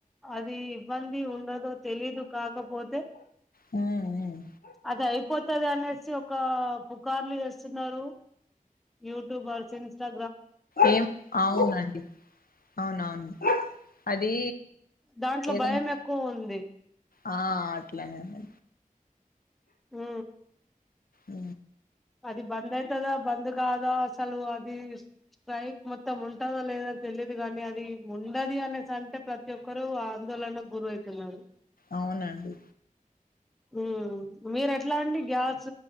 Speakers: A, in the centre; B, on the left.
A: అది ఇబ్బంది ఉండదో తెలీదు కాకపోతే
B: హ్మ్ హ్మ్
A: అది అయిపోతది అనేసి ఒక పూకార్లు చేస్తున్నారు యూట్యూబర్స్ ఇన్స్టా
B: ఏం అవునండి అవునవును అది
A: దాంట్లో
B: ఏదండి
A: భయం ఎక్కువుంది
B: ఆ అట్లానేది
A: హు
B: అ
A: అది బంద్ అయితదా, బంద్ కాదో అసలు అది బైక్ మొత్తం ఉంటదా లేదో తెలిదు. కానీ అది ఉండది అనేసి అంటే ప్రతి ఒక్కరూ ఆందోళనకు గురవుతున్నారు.
B: అవునండి.
A: ఉ మీరు ఎట్లా అండి గ్యాస్